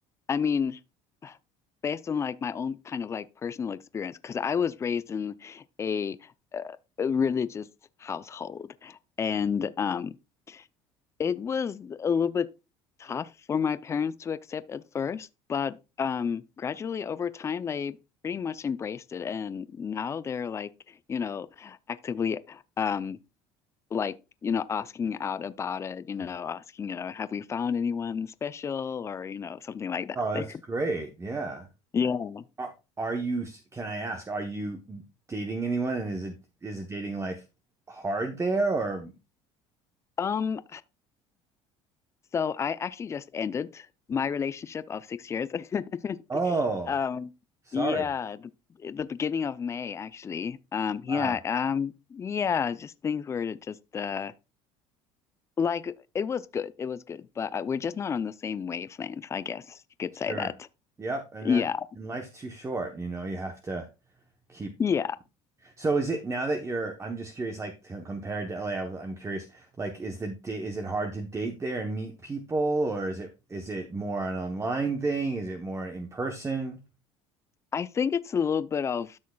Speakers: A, on the left (about 25°); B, on the right (about 25°).
A: I mean, based on like my own kind of like personal experience, because I was raised in a, uh, a religious household, and um, It was a little bit tough for my parents to accept at first, but um, gradually over time, they pretty much embraced it. And now they're like, you know, actively um, like, you know, asking out about it, you know, asking, you know, have we found anyone special or, you know, something like that.
B: Oh, that's
A: <laughs>
B: great. Yeah.
A: Yeah.
B: Are, are you, s- can I ask, are you dating anyone and is it is it dating life hard there or
A: Um, So I actually just ended my relationship of six years. <laughs>
B: oh,
A: Um,
B: sorry.
A: yeah, the, the beginning of May actually. Um, yeah,
B: Wow.
A: um, yeah, just things were just uh like it was good, it was good, but uh, we're just not on the same wavelength, I guess you could say
B: Sure.
A: that.
B: Yep, and
A: Yeah,
B: that and life's too short, you know, you have to keep.
A: yeah.
B: So is it now that you're I'm just curious like c- compared to LA, I was- I'm curious like is the da- is it hard to date there and meet people or is it is it more an online thing? Is it more in person?
A: I think it's a little bit of